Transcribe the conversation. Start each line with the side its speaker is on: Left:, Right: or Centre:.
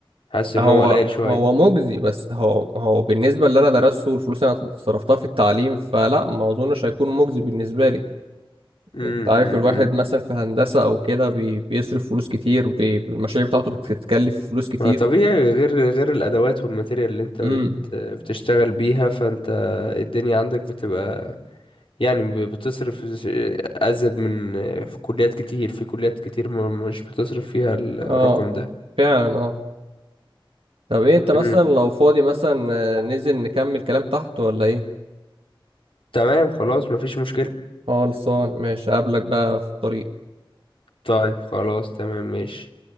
Left: حاسس إن
Right: هو
Left: هو قليل شوية
Right: هو مجزي بس هو هو بالنسبة اللي أنا درسته والفلوس اللي أنا صرفتها في التعليم فلا ما أظنش هيكون مجزي بالنسبة لي
Left: مم،
Right: أنت عارف
Left: مم،
Right: الواحد
Left: مم.
Right: مثلا في هندسة أو كده بي بيصرف فلوس كتير بي المشاريع بتاعته بتتكلف فلوس كتير
Left: ما طبيعي غير غير الأدوات والماتيريال اللي أنت
Right: امم
Left: بت... بتشتغل بيها فأنت الدنيا عندك بتبقى يعني ب- بتصرف ز- أزيد من في كليات كتير في كليات كتير ما- مش بتصرف فيها الرقم
Right: اه
Left: ده
Right: فعلا اه طب إيه أنت مثلا
Left: مم.
Right: لو فاضي مثلا آه، ننزل نكمل كلام تحت ولا إيه؟
Left: تمام خلاص مفيش مشكلة
Right: خلصان ماشي أقابلك بقى في الطريق
Left: طيب خلاص تمام ماشي